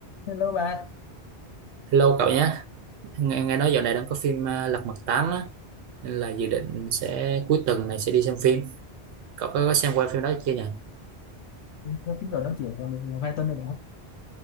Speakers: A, on the left; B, on the right.
A: Hello bạn,
B: Hello cậu nhé, nghe, nghe nói dạo này đang có phim à, Lật Mặt tám á, nên là dự định sẽ cuối tuần này sẽ đi xem phim. Cậu có, có xem qua phim đó chưa nhỉ?
A: Lâu phim rồi nói chuyện còn được vài tuần rồi đúng không?